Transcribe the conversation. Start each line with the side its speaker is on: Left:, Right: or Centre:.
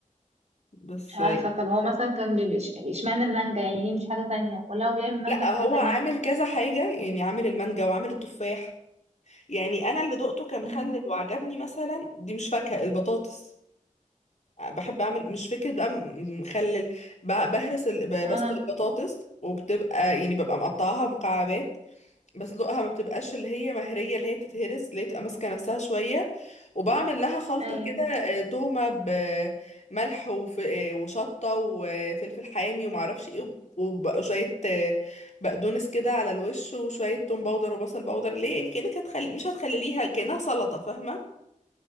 Left: بس
Right: مش عارفة
Left: آه،
Right: طب هو مثلا كان بيبقى إش- اشمعنى المانجا يعني ليه مش حاجة تانية ولا هو بيعمل مانجا
Left: لا
Right: وحاجة
Left: هو
Right: تانية
Left: عامل كذا حاجة يعني عامل المانجا وعامل التفاح يعني انا اللي دقته كان مخلل
Right: امم
Left: وعجبني مثلا دي مش فاكهة البطاطس بحب اعمل مش فكرة بقى م- مخلل ب- بهرس ال... ب-
Right: اه
Left: بسلق البطاطس وبتبقى يعني ببقى مقطعاها مكعبات بس لقها ما بتبقاش اللي هي مهرية اللي هي تتهرس اللي هي تبقى ماسكة نفسها شوية وبعمل لها خلطة
Right: ايوه
Left: كده آه، تومة بملح وف- آه، وشطة وفلفل حامي ومعرفش ايه وب- وشوية آه، بقدونس كده على الوش وشوية توم باودر وبصل باودر اللي هي يعني كأنك هتخلي مش هتخليليها كأنها سلطة فاهمة